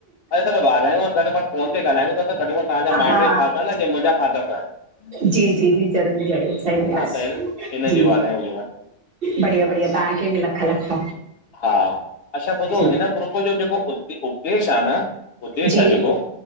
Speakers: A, on the left; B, on the right.
A: अरे त वाधायूं आहिन घट में घट फोन ते ॻाल्हायूं था त जिअं तवां जा माइट
B: हा
A: भी फाथा पया आहिन जिय मुहिंजा फाथा पया आहिंन।
B: जी जी जी ज़रूर ज़रूर सही ॻाल्हि
A: त हिनजी
B: जी
A: वाधायूं हुजेव
B: बढ़िया बढ़िया तव्हांखे बि लख लख।
A: हा, अच्छा ॿुधो
B: जी
A: हिन ग्रुप जो जेको उद्देश्य आहे न उद्देश्य
B: जी
A: आहे जेको